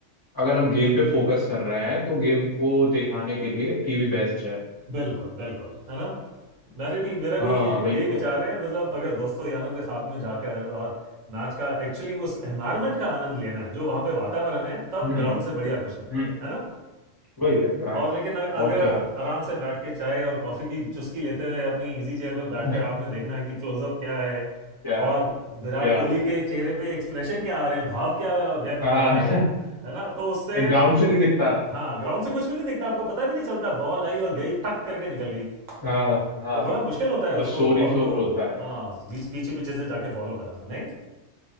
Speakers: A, on the left; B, on the right.
A: अगर हम गेम पे फोकस कर रहे हैं तो गेम को दिखाने के लिए टीवी बेस्ट है
B: बिल्कुल बिल्कुल है ना मेरे भी मेरा
A: हाँ
B: भी यही
A: वही तो
B: विचार है मतलब अगर दोस्तों यारों के साथ में जाकर और मैच का एक्चुअली उस एनवायरनमेंट का आनंद लेना है जो वहाँ पे वातावरण है तब
A: हम्म
B: ग्राउंड से बढ़िया कुछ नहीं
A: हम्म
B: है ना
A: वही वही हाँ
B: और लेकिन अ- अगर
A: और क्या
B: आराम से बैठ के चाय और कॉफ़ी की चुस्की लेते हुए अपनी इजी चेयर पर बैठकर
A: <laughs>
B: आपने देखना है कि क्लोजअप क्या है
A: क्या
B: और विराट
A: क्या
B: कोहली के चेहरे पे एक्सप्रेशन क्या आ रहे हैं भाव क्या व्यक्त
A: हाँ
B: कर रहा है
A: <laughs>
B: वो है ना तो उससे
A: ग्राउंड से नहीं दिखता
B: हाँ ग्राउंड से कुछ भी नहीं दिखता आपको पता भी नहीं चलता बॉल आई और गई टक करके निकल गई
A: हाँ हाँ
B: वो बड़ा मुश्किल होता है
A: बस
B: उसको
A: शोर
B: बॉल
A: ही शोर
B: को
A: होता है
B: हाँ बीच पीछे पीछे से जाके फॉलो करना नहीं